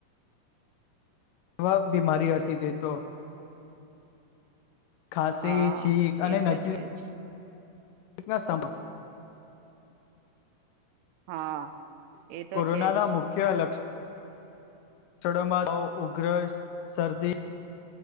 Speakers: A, on the left; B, on the right.
A: એવી બીમારી હતી તે તો ખાંસી,
B: હા
A: છીંક અને
B: એ તો
A: નજરે
B: છે જ.
A: <inaudible>
B: હા એ તો
A: કોરોનાના
B: છે જ.
A: મુખ્ય લક્ષણ લક્ષણોમાં ઉઘ્ર શરદી